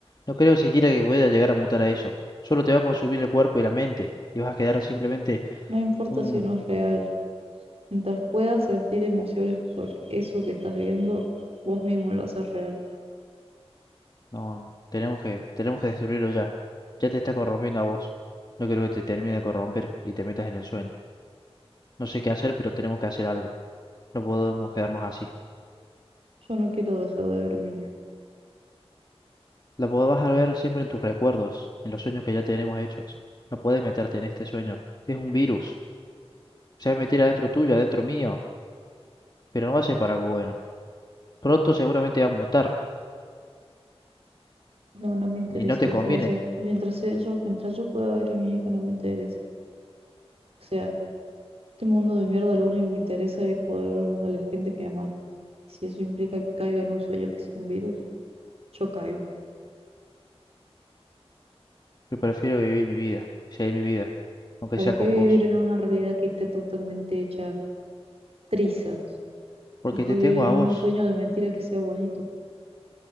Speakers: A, on the left; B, on the right.
A: No creo siquiera que pueda llegar a mutar a eso. Solo te va a consumir el cuerpo y la mente. Y vas a quedar simplemente
B: no importa
A: un...
B: si no es real, mientras puedas sentir emociones por eso que estás viendo, vos mismo lo haces real.
A: No, no. Tenemos que, tenemos que destruirlo ya. Ya te está corrompiendo a vos. No quiero que te termine de corromper y te metas en el sueño. No sé qué hacer, pero tenemos que hacer algo. No podemos quedarnos así.
B: Yo no quiero dejar de ver a mi hija,
A: La podrás ver siempre en tus recuerdos, en los sueños que ya tenemos hechos. No puedes meterte en este sueño. Es un virus. Se va a meter adentro tuyo, adentro mío, pero no va a ser para algo bueno. Pronto seguramente va a mutar
B: no, no me interesa,
A: y no te
B: o
A: conviene.
B: sea, yo, mientras yo, mientras yo pueda ver a mi hija, no me interesa, o sea, este mundo de mierda lo único que interesa es poder ver a la gente que amas. Si eso implica que caiga en un sueño que es un virus, Yo caigo.
A: Yo prefiero vivir mi vida, seguir mi vida, aunque
B: ¿Para
A: sea
B: qué
A: con
B: vivir
A: vos,
B: en una realidad que está totalmente hecha trizas?
A: porque
B: Mejor
A: te
B: vivir
A: tengo a
B: en
A: vos,
B: un sueño de mentira que sea bonito.